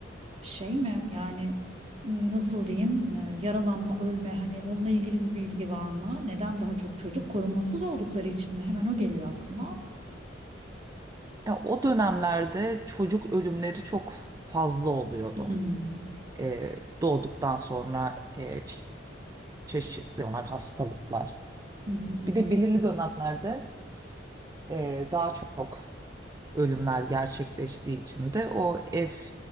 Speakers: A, on the right (about 35°); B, on the right (about 20°).
A: şey mi yani m, nasıl diyeyim e, yaralanma, ölme hani onunla ilgili bir bilgi var mı? Neden daha çok çocuk korumasız oldukları için mi? Hemen o geliyor aklıma.
B: Ya o dönemlerde çocuk ölümleri çok fazla oluyordu.
A: Hmm.
B: Ee, doğduktan sonra e, çe- çeşitli onlar hastalıklar.
A: Hı hı hı hı.
B: Bir de belirli dönemlerde e, daha çok ölümler gerçekleştiği için de o ev